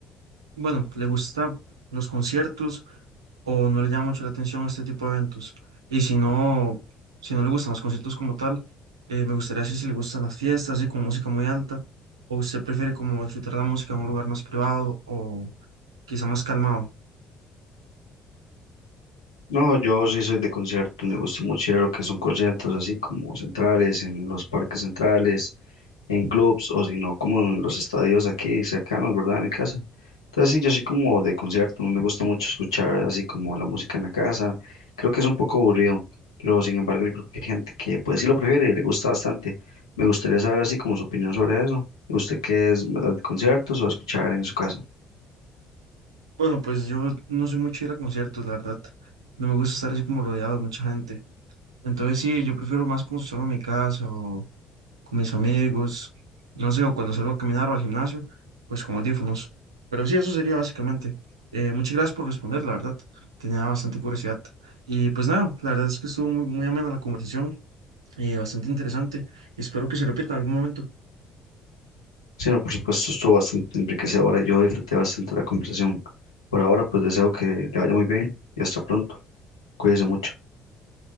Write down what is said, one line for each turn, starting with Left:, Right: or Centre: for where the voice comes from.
Right: bueno, le gusta los conciertos o no le llama mucho la atención este tipo de eventos? Y si no, si no le gustan los conciertos como tal, eh, me gustaría saber si le gustan las fiestas, así con música muy alta, o usted prefiere como disfrutar la música en un lugar más privado o quizá más calmado.
Left: No, yo sí soy de conciertos, me gusta mucho ir a lo que son conciertos así como centrales, en los parques centrales en clubs o si no como en los estadios aquí cercanos, ¿verdad? A mi casa. Entonces sí, yo soy como de concierto, no me gusta mucho escuchar así como la música en la casa. Creo que es un poco aburrido, pero sin embargo yo creo que hay gente que pues sí lo prefiere y le gusta bastante. Me gustaría saber así como su opinión sobre eso. ¿Usted qué es, verdad, de conciertos o escuchar en su casa?
Right: Bueno, pues yo no soy mucho de ir a conciertos, la verdad. No me gusta estar así como rodeado de mucha gente. Entonces sí, yo prefiero más como estar en mi casa o con mis amigos, no sé, o cuando salgo a caminar o al gimnasio, pues con audífonos. Pero sí, eso sería básicamente. Eh, muchas gracias por responder, la verdad. Tenía bastante curiosidad. Y pues nada, la verdad es que estuvo muy, muy amena la conversación, eh, bastante interesante. Espero que se repita en algún momento.
Left: Sí, no, por supuesto, estuvo bastante enriquecedora y yo disfruté bastante la conversación. Por ahora, pues deseo que le vaya muy bien y hasta pronto. Cuídese mucho.